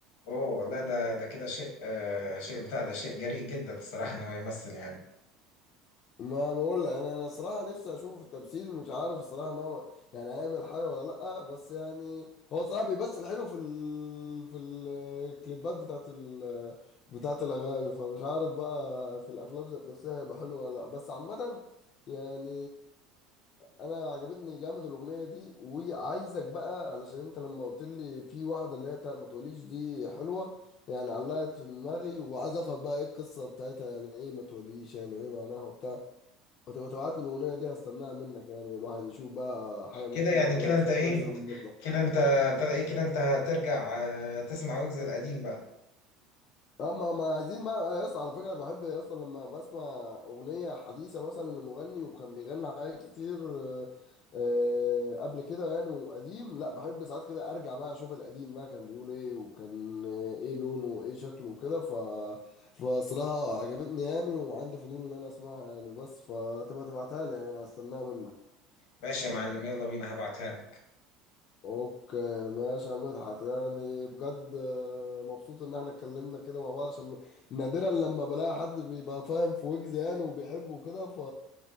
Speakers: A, on the left (about 75°); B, on the left (about 45°).
A: اوه لا ده ده كده شيء آه شيء بتاع ده شيء جريء جدا الصراحه ان هو يمثل يعني
B: ما بقول لك انا انا صراحه نفسي اشوفه في التمثيل مش عارف الصراحه ان هو يعني هيعمل حاجه ولا لا بس يعني هو صراحه بيمثل حلو في ال... في الكليبات بتاعت ال... بتاعت الاغاني فمش عارف بقى في الافلام ذات نفسها هيبقى حلو ولا لا بس عامه يعني انا عجبتني جامد الاغنيه دي وعايزك بقى علشان انت لما قلت لي في واحده اللي هي بتاعت ما تقوليش دي حلوه يعني علقت في دماغي وعايز افهم بقى ايه القصه بتاعتها يعني ايه ما توليش يعني وايه معناها وبتاع وتبقى تبعت لي الاغنيه دي هستناها منك يعني الواحد يشوف بقى حاجه مختلفه
A: كده يعني
B: كده
A: كده
B: ويشوف
A: انت ايه
B: ويجز لما يطلع
A: كده انت ابتدى ايه كده انت هترجع آه تسمع ويجز القديم بقى
B: اما ما عايزين بقى يا اسطى على فكره بحب يا اسطى لما بسمع اغنيه حديثه مثلا لمغني وكان بيغني حاجات كتير آه، آه، قبل كده يعني وقديم لا بحب ساعات كده ارجع بقى اشوف القديم بقى كان بيقول ايه وكان آه، ايه لونه وايه شكله وكده ف فصراحه عجبتني يعني وعندي فضول ان انا اسمعها يعني بس فتبقى تبعتها لي يعني انا هستناها منك
A: ماشي يا معلم يلا بينا هبعتها لك
B: اوكي ماشي يا مدحت يعني بجد آه، مبسوط ان احنا اتكلمنا كده مع بعض عشان نادرا لما بلاقي حد بيبقى فاهم في ويجز يعني وبيحبه وكده ف